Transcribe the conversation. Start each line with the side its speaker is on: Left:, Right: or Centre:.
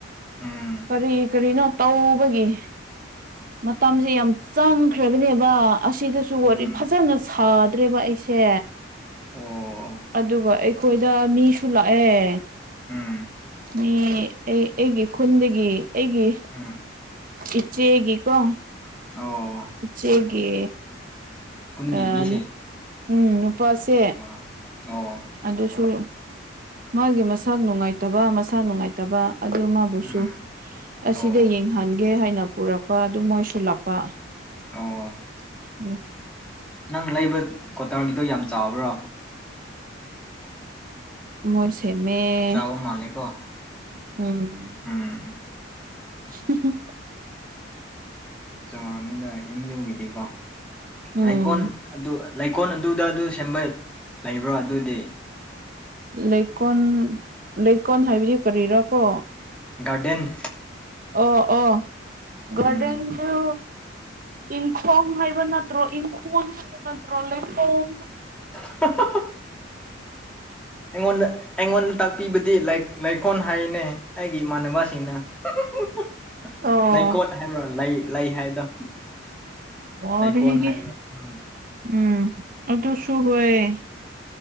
Centre: ꯎꯝ
Right: ꯀꯔꯤ ꯀꯔꯤꯅꯣ ꯇꯧꯕꯒꯤ ꯃꯇꯝꯁꯦ ꯌꯥꯝ ꯆꯪꯈ꯭ꯔꯕꯅꯦꯕ ꯑꯁꯤꯗꯁꯨ
Centre: ꯎꯝ
Right: ꯋꯥꯔꯤ ꯐꯖꯅ ꯁꯥꯗ꯭ꯔꯦꯕ ꯑꯩꯁꯦ ꯁꯦ
Centre: ꯑꯣ
Right: ꯑꯗꯨꯒ ꯑꯩꯈꯣꯏꯗ ꯃꯤꯁꯨ ꯂꯥꯛꯑꯦ
Centre: ꯎꯝ
Right: ꯑꯩ ꯑꯩ ꯑꯩꯒꯤ ꯈꯨꯟꯗꯒꯤ ꯑꯩꯒꯤ
Centre: ꯎꯝ
Right: ꯏꯆꯦꯒꯤ ꯀꯣ
Centre: ꯑꯣ
Right: ꯎꯆꯨꯒꯤ
Centre: ꯀꯨꯟꯒꯤ
Right: ꯑꯥ
Centre: ꯃꯤꯁꯤꯡ
Right: ꯎꯝ ꯅꯨꯄꯥꯁꯦ
Centre: ꯑꯣ ꯑꯣ
Right: ꯑꯗꯨꯁꯨ ꯃꯥꯒꯤ ꯃꯁꯥ ꯅꯨꯡꯉꯥꯏꯇꯕ ꯃꯁꯥ ꯅꯨꯡꯉꯥꯏꯇꯕ ꯑꯗꯨ ꯕꯨꯁꯨ
Centre: ꯎꯝ
Right: ꯑꯁꯤꯗ
Centre: ꯑꯣ
Right: ꯌꯦꯡꯍꯟꯒꯦ ꯍꯥꯏꯅ ꯄꯨꯔꯛꯄ ꯑꯗꯨ ꯃꯣꯏꯁꯨꯜꯂꯛꯄ
Centre: ꯑꯣ
Right: ꯎꯝ
Centre: ꯅꯪ ꯂꯩꯕ ꯀ꯭ꯋꯥꯇꯔꯒꯤꯗꯣ ꯌꯥꯝ ꯆꯥꯎꯕ꯭ꯔꯣ
Right: ꯃꯣꯏꯁꯦꯃꯦ
Centre: ꯆꯥꯎꯕ ꯃꯥꯜꯂꯦꯀꯣ
Right: ꯎꯝ
Centre: ꯎꯝ
Right: <unintelligible>
Centre: ꯆꯥꯎꯔꯕꯅꯤꯗ ꯑꯦꯝ ꯌꯧꯈꯤꯗꯦꯀꯣ
Right: ꯎꯝ
Centre: ꯂꯩꯀꯣꯜ ꯑꯗꯨ ꯂꯩꯀꯣꯜ ꯑꯗꯨꯗ ꯑꯗꯨ ꯁꯦꯝꯕ ꯂꯩꯕ꯭ꯔꯣ ꯑꯗꯨꯗꯤ
Right: ꯂꯩꯀꯣꯜ ꯂꯩꯀꯣꯜ ꯍꯥꯏꯕꯗꯤ ꯀꯔꯤꯔꯥꯀꯣ
Centre: ꯒꯥꯔꯗꯦꯟ
Right: ꯑꯣ ꯑꯣ ꯒꯣꯜꯗꯟꯁꯨ
Centre: ꯎꯝ
Right: ꯏꯟꯐꯣꯝ ꯍꯥꯏꯕ ꯅꯠꯇ꯭ꯔꯣ ꯏꯝꯐꯣꯟ ꯍꯥꯏꯕ ꯅꯠꯇ꯭ꯔꯣ ꯂꯩꯐꯣꯝ
Centre: <unintelligible> ꯑꯩꯉꯣꯟꯗ ꯑꯩꯉꯣꯟꯗ ꯇꯥꯛꯄꯤꯕꯗꯤ ꯂꯩꯈꯣꯜ ꯍꯥꯏꯅꯦ ꯑꯩꯒꯤ ꯏꯃꯥꯟꯅꯕꯁꯤꯡꯅ <unintelligible>
Right: ꯑꯣ
Centre: ꯂꯩꯀꯣꯠ ꯍꯥꯏꯕ꯭ꯔꯥ ꯂꯩ ꯂꯩ ꯍꯥꯏꯕꯗꯣ
Right: ꯋꯥꯔꯦꯍꯦ
Centre: ꯂꯩꯀꯣꯜ ꯍꯥꯏꯕꯗꯣ ꯎꯝ
Right: ꯎꯝ ꯑꯗꯨꯁꯨꯨ ꯍꯌꯦ